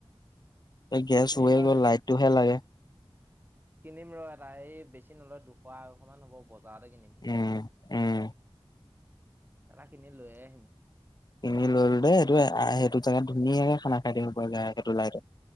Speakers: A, on the left; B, on the right.
A: গেছ
B: কিনিম
A: উলাই
B: ৰ
A: গ'ল
B: দুইটা
A: লাইটটোহে লাগে
B: কিনিম ৰহ এটা হেই বেছি নলয় দুশ আঢ়ৈশ মান হ'ব বজাৰতে কিনিম।
A: উম উম।
B: এটা কিনি লৈয়ে আহিম।
A: কিনি ললো দেই, এইটো আহ সেইটো জেগাত ধুনীয়াকে খানা খাই দিব পৰা যায় সেইটো লাইটত